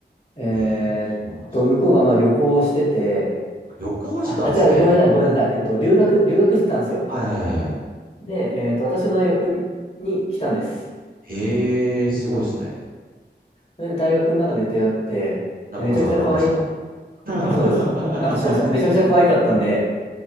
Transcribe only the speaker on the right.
へえ、そうなんです。
旅行してたんですね。
はいはいはいはい。
へえ、すごいですね。
中村さんがナンパしたと。
<laughs> あそうなんですか。